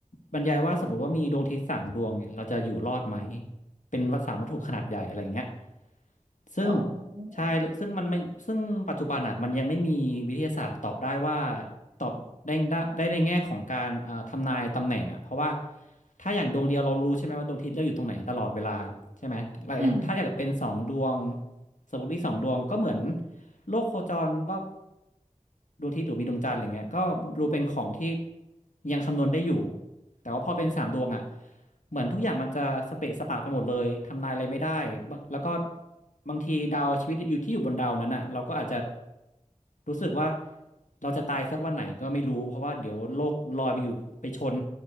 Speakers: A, on the left; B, on the right.
A: บรรยายว่าสมมติว่ามีดวงอาทิตย์สามดวงเนี่ยเราจะอยู่รอดไหม เป็นสามวัตถุขนาดใหญ่อะไรเงี้ยซึ่ง
B: อ๋อ
A: ใช่ซึ่งมันไม่ซึ่งปัจจุบันอ่ะมันยังไม่มีวิทยาศาสตร์ตอบได้ว่าตอบได้ได้ได้ในแง่ของการเอ่อทำนายตำแหน่งอ่ะเพราะว่า ถ้าอย่างดวงเดียวเรารู้ใช่ไหมว่าดวงอาทิตย์เราอยู่ตรงไหนตลอดเวลาใช่ไหมแล้วอย่างถ้าอยากเป็นสองดวง
B: อืม
A: สมมติมีสองดวงก็เหมือนโลกโคจรรอบดวงอาทิตย์หรือมีดวงจันทร์อะไรเงี้ยก็ดูเป็นของที่ยังคำนวณได้อยู่ แต่ว่าพอเป็นสามดวงอ่ะ เหมือนทุกอย่างมันจะสเปะสปะไปหมดเลยทำนายอะไรไม่ได้บางแล้วก็บางทีดาวชีวิตอยู่ที่อยู่บนดาวนั้นอ่ะเราก็อาจจะรู้สึกว่าเราจะตายสักวันไหนก็ไม่รู้เพราะว่าเดี๋ยวโลกลอยไปอยู่ไปชน